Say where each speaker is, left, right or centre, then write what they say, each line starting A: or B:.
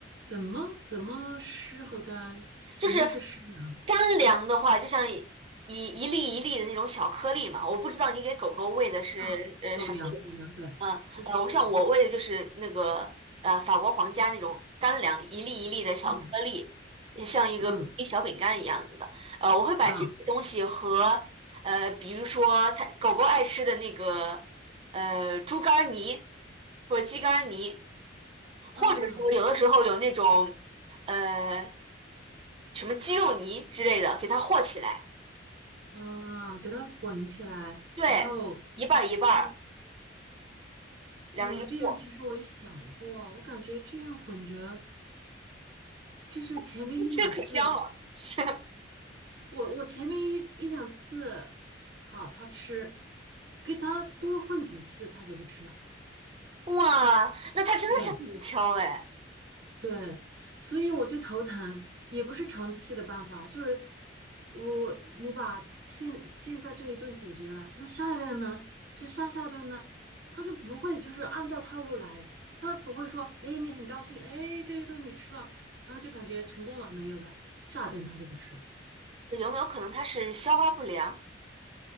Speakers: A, on the right; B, on the right.
A: 怎么怎么湿和干？什么是湿粮
B: 就是干粮的话，就像一一一粒一粒的那种小颗粒嘛，我不知道你给狗狗喂的是呃什么
A: 啊？狗粮，狗粮，对，
B: 嗯，
A: 就是这种，
B: 呃，我像我喂的就是那个呃法国皇家那种干粮，一粒一粒的小颗粒，
A: 嗯。
B: 像一个一小饼干一样子的。
A: 嗯
B: 呃，我会把这个东西和呃，
A: 啊
B: 比如说它狗狗爱吃的那个呃猪肝儿泥或者鸡肝儿泥，或者说有的时候有那种呃
A: 啊
B: 什么鸡肉泥之类的，给它和起来，
A: 啊，给它混起来，
B: 对，
A: 然后
B: 一半儿一半儿，
A: 啊，
B: 两个一和，
A: 哎呀，这样其实我也想过，我感觉这样混着，就是前面一两次，
B: <laughs> 这可香了。<laughs>
A: 我我前面一一两次，好，它吃，给它多混几次，它就不吃了。
B: 哇，那它真的是很挑哎，
A: 对对，所以我就头疼，也不是长期的办法，就是我你把现现在这一顿解决了，那下一顿呢？就下下顿呢，他就不会就是按照套路来，他不会说，哎，你很高兴，哎，这一顿你吃了，然后就感觉成功了，没有的，下一顿他就不吃了。
B: 有没有可能它是消化不良？